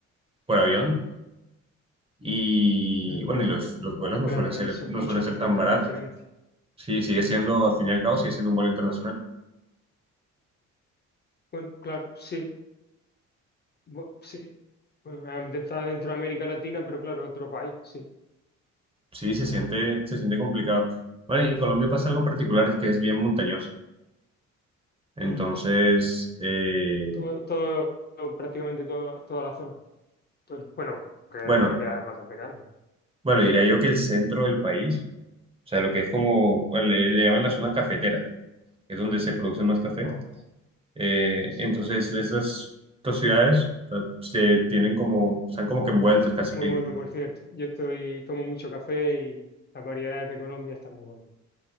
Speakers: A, on the right; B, on the left.
A: por avión y
B: Mm.
A: bueno, y los, los vuelos no
B: Claro,
A: suelen ser,
B: allí son
A: no
B: muchos
A: suelen ser
B: kilómetros
A: tan baratos.
B: de diferencia.
A: Sí, sigue siendo,
B: No.
A: al fin y al cabo, sigue siendo un vuelo internacional.
B: Bueno, claro, sí. Bu- sí. Bueno, eh, está dentro de América Latina, pero claro, otro país, sí.
A: Sí, se
B: Claro.
A: siente, se siente complicado. Bueno, y Colombia pasa algo particular, es que es bien montañoso. Entonces,
B: Mm.
A: eh,
B: Todo, todo, prácticamente toda, toda la zona. Todo el- bueno, que
A: bueno,
B: Colombia es bastante grande.
A: bueno, diría yo que el centro del país, o sea, lo que es como, bueno, le, le llaman la zona cafetera es donde se produce más café.
B: ¿no? Oh,
A: Eh,
B: sí.
A: entonces, estas dos ciudades o sea, se tienen como, están como que envueltos casi
B: Muy
A: que,
B: bueno,
A: en-
B: por cierto. Yo estoy, tomo mucho café y las variedades de Colombia están muy buenas,